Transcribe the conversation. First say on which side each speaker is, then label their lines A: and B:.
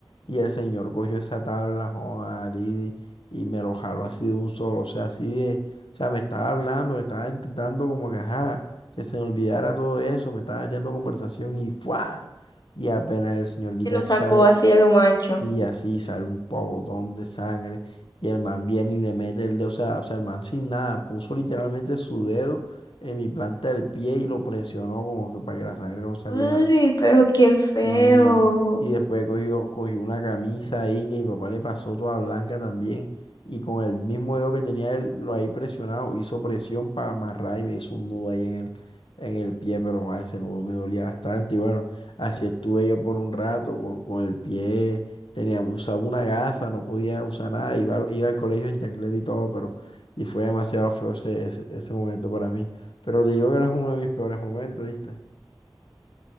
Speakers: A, on the left (about 85°); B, on the left (about 50°).
A: Y el señor cogió esa tabla, joda, Lidi, y me lo jaló así de un solo. O sea, así de, o sea, me estaba hablando, me estaba intentando como que, ajá, que se me olvidara todo eso, me estaba echando conversación y ¡fua! Y apenas el señor quita
B: Se lo
A: eso,
B: sacó
A: sale
B: así a lo macho.
A: y así sale un pogotón de sangre. Y el man viene y le mete el dedo. O sea, o sea, el man sin nada. Puso literalmente su dedo en mi planta del pie y lo presionó como que para que la sangre no saliera.
B: Uy, pero qué feo.
A: Y, y después cogió, cogió una camisa ahí que mi papá le pasó toda blanca también. Y con el mismo dedo que tenía él, lo ahí presionado, hizo presión para amarrar y me hizo un nudo ahí en el, en el pie, pero joder, ese nudo me dolía bastante. Y bueno, así estuve yo por un rato con, con el pie, tenía, usaba una gasa, no podía usar nada, iba, al- iba al colegio en chancleta y todo, pero y fue demasiado feo ese, ese, ese momento para mí. Pero te digo que no es uno de mis peores momentos, ¿viste?